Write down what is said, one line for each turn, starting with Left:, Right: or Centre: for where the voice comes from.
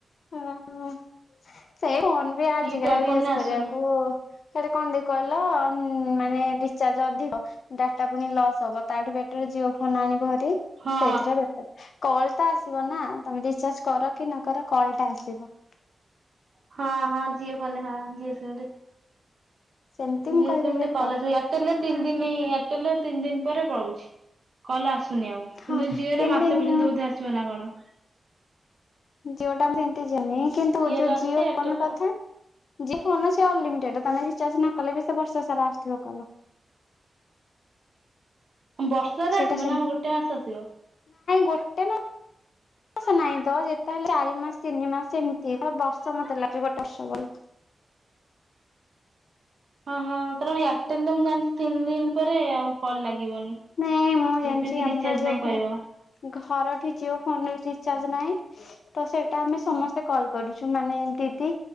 Left: ଓହୋ ସେ ଫୋନ୍ ବି ଆଜ
Right: କି ପ୍ୟାଡ
Left: ଆଉ
Right: ଫୋନରେ
Left: ୟୁଜ
Right: ଆସୁନି।
Left: କରିବାକୁ ସେଟା କଣ ଗଲା ଆଉ ଉଁ ମ୍ ମ୍। ମାନେ ରିଚାର୍ଜ ଅଧିକ। ଡାଟା ପୁଣି ଲସ୍ ହବ ତାଠୁ ବେଟର ଜିଓ ଫୋ ଧାନ ଆଣିବ ହେରି
Right: ହଁ
Left: ସେଇଥିରେ ବେଟର୍। କଲ ତ ଆସି ନା ତମେ ରିଚାର୍ଜ କର କି ନ କର କଲ ଟା ଆସିବ।
Right: ହଁ ହଁ ଜିଅ ଫୋନ ରେ ହଁ ଜିଅ ସିମ୍ ରେ।
Left: ସେମିତି
Right: ଜିଓ
Left: ମୁଁ କହିବି
Right: ସିମରେ
Left: ବେଟର
Right: କଲ ଆସିବ, ଇଆରଟେଲ୍ ରେ ତିନ୍ ଦିନି ଇଆରଟେଲ୍‌ ରେ ତିନ୍‌ ଦିନ୍‌ ପରେ ବଳୁଚି କଲ ଆସୁ ନି ଆଉ କିନ୍ତୁ
Left: ହଁ
Right: ଜିଓ
Left: ତିନି
Right: ରେ ମାସେ
Left: ଦିନି
Right: ପର୍ଯ୍ୟନ୍ତ ବୋଧେ ଆସିବ ନା କଣ?
Left: ଯୋଉଟା ମୁଁ କେଜାଣି କିନ୍ତୁ ଯୋଉ
Right: ରେ ଆସୁଛି
Left: ଜିଓ
Right: ଏୟାରଟେଲ
Left: ଫୋନ୍ କଥା
Right: ରେ
Left: ଫୋନ୍ ଅଛି ଅନଲିମିଟେଡ ତମେ ଚାଷ ନ କଲେ ବି ସେ ବର୍ଷ ସାରା ଆସଥିବ କଲ।
Right: ବର୍ଷରେ
Left: ସେଇଟା
Right: ଆସିବ
Left: ସେମିତି
Right: ନା ଆମର ଗୋଟେ ମାସ ଆସିବ।
Left: ଗୋଟେ ନା ସ ନାଇଁ ତ ଯେତେହଲେ ଚାରି ମାସ ତିନି ମାସ ଏମିତି ତ ବର୍ଷ ସମସ୍ତେ ଲାଜ ର୍ଶବଳୀ
Right: ହଁ ହଁ କାରଣ ଏୟାରଟେଲରେ ମୁଁ ଜାଣିଛି। ତିନି ଦିନ। ପରେ ଆଉ କଲ ଲାଗିବନି।
Left: ନାଇଁ ମୁଁ ଜାଣିଛି
Right: ଲେଖିବ କି
Left: ଆମର
Right: ରିଚାର୍ଜ
Left: ଯୋଉ
Right: ନାହିଁ କହିବ।
Left: ଘ ଘରଠି ଯିଓ ଫୋନ ରିଚର୍ଜ ନାଇ ତ ସେଇଟା ଆମେ ସମସ୍ତେ କଲ୍ କରୁଛୁ ମାନେ ଦିଦି